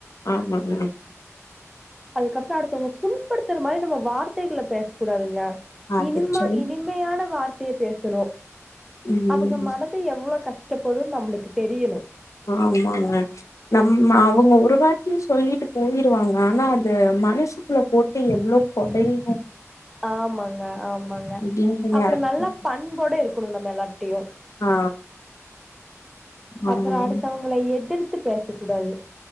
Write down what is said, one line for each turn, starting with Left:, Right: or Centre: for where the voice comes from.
Left: ஆமாங்க
Centre: அதுக்கப்ற அடுத்தவங்க புண்படுத்துற மாரி நம்ம வார்த்தைகள பேச கூடாதுங்க
Left: அது
Centre: இனிமா
Left: சொல்லி
Centre: இனிமையான வார்த்தைய பேசணு
Left: ம்
Centre: அவங்க மனது எவ்ளோ கஷ்டப்படுன் நம்ளுக்கு தெரியணு
Left: ஆமாங்க நம் அவங்க ஒரு வாட்டி சொல்லிட்டு போயிருவாங்க ஆனா அது மனசுக்குள்ள போட்டு எவ்ளோ கொடையு
Centre: ஆமாங்க ஆமாங்க
Left: அப்டின்றது
Centre: அப்றோ
Left: யாருக்கு
Centre: நல்லா பண்போட இருக்கணு நம்ம எல்லா ட்டயு
Left: ஆ ஆமாங்க
Centre: அப்றோ அடுத்தவங்கள எதிர் த்து பேசக்கூடாது